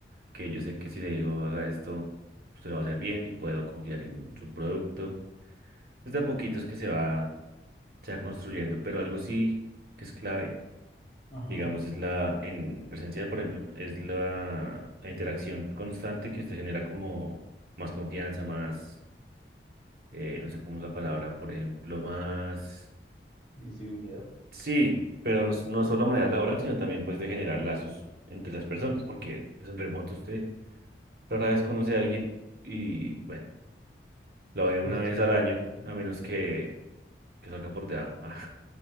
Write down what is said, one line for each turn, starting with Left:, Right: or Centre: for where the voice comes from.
Right: que yo sé que si le digo haga esto, usted lo va a hacer bien y puedo confiar en su producto. Es de a poquitos que se va, se va construyendo, pero algo sí que es clave
Left: ajá,
Right: digamos, es la, en presencial, por ejemplo, es la, la interacción constante que usted genera como más confianza, más, eh, no sé cómo es la palabra, por ejemplo, más,
Left: visibilidad.
Right: sí, pero no, s- no solo manera laboral, sino también pues de generar lazos entre las personas, porque pues, en remoto usted rara vez conoce a alguien y, bueno, lo ve una
Left: Pues es
Right: vez
Left: que,
Right: al año,
Left: eh,
Right: a menos que, que salga por debajo. Ah.